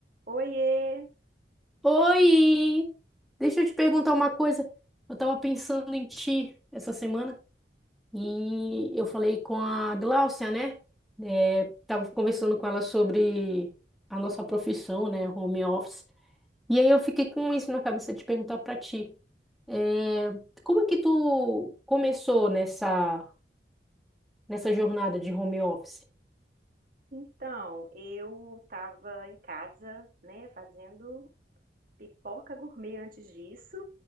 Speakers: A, on the right; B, in the centre.
A: Oiê!
B: Oi! Deixa eu te perguntar uma coisa. Eu tava pensando em ti essa semana e eu falei com a Gláucia, né? É, tava conversando com ela sobre a nossa profissão, né? Home office. E aí eu fiquei com isso na cabeça de perguntar pra ti. É, como é que tu começou nessa, nessa jornada de home office?
A: Então, eu estava em casa, né, fazendo pipoca gourmet antes disso,